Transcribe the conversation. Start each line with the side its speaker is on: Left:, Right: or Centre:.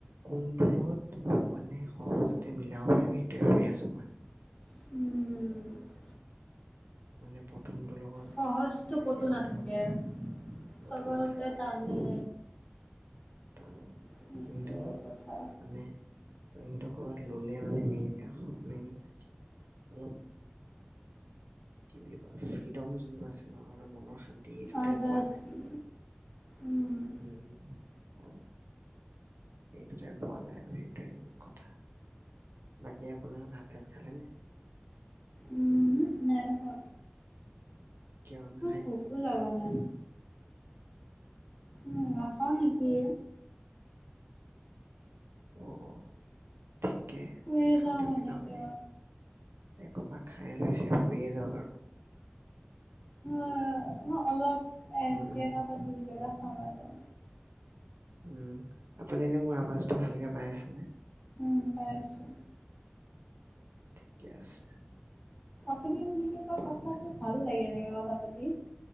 Right: কোনটো লগত মানে সহজতে মিলাব পাৰিম সেইটোয়ে ভাবি আছো মই।
Left: উম।
Right: মানে প প্ৰথমটোৰ লগত
Left: সহজটো
Right: ছেকেণ্ডটো
Left: ক'তো নাথাকে চবতে
Right: ক'তো নাথাকে।
Left: টানে
Right: সেইকাৰণে
Left: সেইটোৱে
Right: কিন্তু মানে
Left: কথা
Right: কিন্তু কৰ'বাত ললে মানে মে মেইন সাক্ষি অলপ কি বুলি কয় ফ্ৰীডম যোনটো আছে ন আৰু মনৰ শান্তি এই দুটাই
Left: আজাদী
Right: পোৱা যায়।
Left: উম
Right: উম আৰু। এই দুটাই পোৱা যায় আৰু সেইটোৱে কথা বাকী আপোনাৰ ভাত চাত খালে নাই
Left: ওহোঁ নাই খোৱা।
Right: কিয় না
Left: ভুকো লগা নাই। উম নাখাও নেকি।
Right: অ' অ' ঠিকে
Left: শুইয়ে
Right: নেখালেও
Left: যাওঁ সেনেকে
Right: কিন্তু আপুনি একোপা খাই লৈছে শুইয়ে যাওক আৰু।
Left: অ মই অলপ একগেৰা
Right: উম, উম,
Left: বা দুইগেৰা খাম আৰু।
Right: উম আপুনি এনে মোৰ আৱাজটো ভালকে পাই আছেনে
Left: উম পাই আছো।
Right: ঠিকে আছে।
Left: আপুনি আপুনিকে কয়
Right: পাব
Left: কথাটো
Right: লাগে
Left: ভাল লাগে এনেকে কথা পাতি।